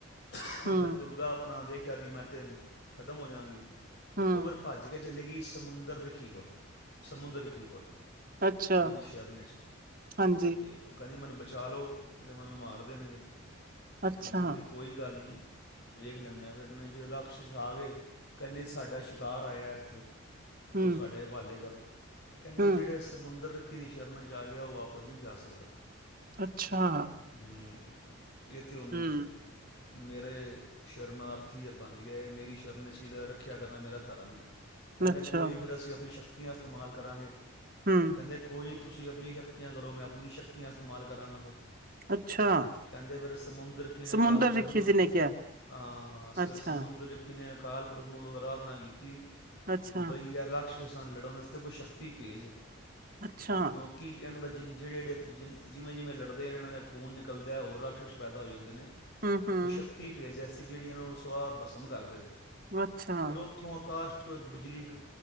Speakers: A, on the left (about 55°); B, on the right (about 45°).
A: ਫੇਿਰ
B: ਹੂੰ,
A: ਦੁਰਗਾ ਆਪਣਾ ਵਖ ਖਿਆ ਵੀ ਮੈਂ ਤਾਂ ਖਤਮ ਹੋ ਜਾਵਾਂਗੀ
B: ਹੂੰ,
A: ਉਰ ਭਾਜ ਚਲੇ ਗਈ ਸਮੁੰਦਰ ਰਿੱਖੀ ਕੋਲ ਸਮੁੰਦਰ ਰਿੱਖੀ ਕੋਲ
B: ਅੱਛਾ,
A: ਉਹਦੀ ਸ਼ਰਨੇ ਚ
B: ਹਾਂਜੀ,
A: ਤੇ ਉਹ ਕਹਿੰਦੀ ਮੈਨੂੰ ਚਾਹ ਲਓ ਅਤੇ ਮੈਨੂੰ ਮਾਰ ਦੇਣਗੇ ਕਹਿੰਦੇ
B: ਅੱਛਾ,
A: ਵੀ ਕੋਈ ਗੱਲ ਨਹੀਂ ਵੇਖ ਲੈਂਦੇ ਆਾਂ ਫਿਰ ਉਹਨੇ ਜਦੋਂ ਰਾਕਸ਼ ਆ ਗਏ ਕਹਿੰਦੇ ਸਾਡਾ ਸ਼ਿਕਾਰ ਆਇਆ ਉੱਥੇ
B: ਹੂੰ,
A: ਤ ਸਾਡੇ ਹਵਾਲੇ ਕਰੋ ਕਹਿੰਦੇ
B: ਹੂੰ,
A: ਜਿਹੜੇ ਸਮੁੰਦਰ ਕਿ ਦੀ ਸ਼ਰਨ ਚ ਆ ਗਿਆ ਉਹ ਵਾਪਸ ਨਹੀਂ ਜਾ ਸਕਦਾ
B: ਅੱਛਾ
A: ਹਮ, ਇਹ ਉਹਨ
B: ਹੂੰ,
A: ਮੇਰੇ ਸ਼ਰਨਾਰਥ ਹੀ ਬਣ ਗਏ ਮੇਰੀ ਸ਼ਰਨ 'ਚ ਇਹਦਾ ਰੱਖਿਆ ਕਰਨਾ ਮੇਰਾ ਧਰਮ ਹੈ ਕਹਿੰਦੇ
B: ਅੱਛਾ,
A: ਕੋਈ ਨਹੀਂੀ ਫੇਿਰ ਅਸੀਂ ਆਪਣੀ ਸ਼ਕ ਦਾ ਇਸਤੇਮਾਲ ਕਰਾਂਗੇ
B: ਹੂੰ,
A: ਕਹਿੰਦੇ ਕੋਈ ਤੁਸੀਂ ਆਪਣੀ ਸ਼ਕਤੀਆਂ ਕਰੋ ਮੈਂ ਆਪਣੀ ਸ਼ਕਤੀਆਂ ਇਸਤੇਮਾਲ ਕਰਾਂਗਾ ਫਿਰ
B: ਅੱਛਾ,
A: ਕਹਿੰਦੇ ਫਿਰ ਸਮੁੰਦਰ ਕੀਨ
B: ਸਮੁੰਦਰ
A: ਕਾਲ ਬ੍ਰਖਨ
B: ਰਿਖੀ ਜੀ
A: ਅਹ
B: ਨੇ ਕਿਹਾ,
A: ਸ ਫਰ
B: ਅੱਛਾ,
A: ਸਮੁੰਦਰ ਕੀਨ ਅਕਾਲ ਪੁਰਖ ਨੂੰ ਅਰਾਧਨਾ ਕੀਤੀ
B: ਅੱਛਾ,
A: ਬਈਆ ਰੱਖ ਰਾਸ਼ਾਨ ਲੜਨ ਵਾਤੇ ਕੋਈ ਸ਼ਕਤੀ ਭੇਜ
B: ਅੱਛਾ,
A: ਕਿਉਂ ਕੀ ਕਹਿਣ ਦਾ ਜਿਨ ਜਿਹੜੇ ਜਿਹੜੇਿ ਜਿਵੇਂਿਂੜਦੇ ਨੇ ਇਹਨਾਂ ਦੇ ਖੂਨ ਨਿਕਲ ਹੈ ਹੋਰ ਰਾਕਸ਼ਸ ਪੈਦਾ ਹੋ ਜਾਂਦੇ ਨੇ
B: ਹੂੰ, ਹੂੰ,
A: ਕੁ ਸ਼ਕਤੀ ਪੇ ਜੈਸ ਅਤੇ ਜਿਹੜੀ ਇਹ ਨੂੰ ਰ ਸੁਵਾਹ ਬਸਮ ਕਰ ਦੇਵੇ
B: ਅੱਛਾ,
A: ਫਿਰ ਉੱਥੋਂ ਆ ਕਾਸ਼ਟ ਤੋਂ ਇੱਕ ਬਿਜਲੀ ਗ